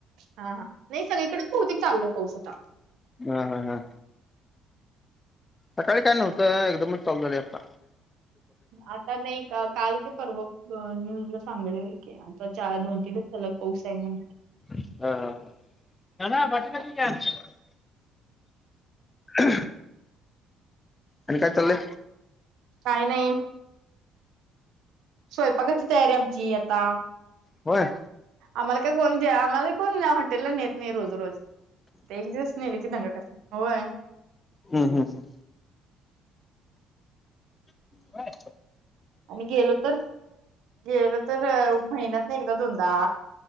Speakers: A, on the right; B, on the left.
A: हा हा. नाही सगळीकडे बहुतेक चालू आहे पाऊस आता.
B: हम हा हा. सकाळी काय नव्हतं. एकदमच चालू झाले आत्ता.
A: आता नाही का? काल की परवा न्यूजला सांगयले की आता च दोन तीन दि -सलग पाऊस आहे म्हणून.
B: ह ह ह ह. ह आणि काय चाललं?
A: काही नाही. स्वयंपाकाची तयारी आमची आता.
B: होय?
A: आमला का <unintelligible> द्या आमला कोण <unintelligible> त्याला नेत नाही रोज रोज. एक दिवस नेले की दंगा करतो. होय.
B: हम् हम् हम्. काय
A: आम्ही गेलो तर- गेलो तर महिन्यात ना एकदा दोनदा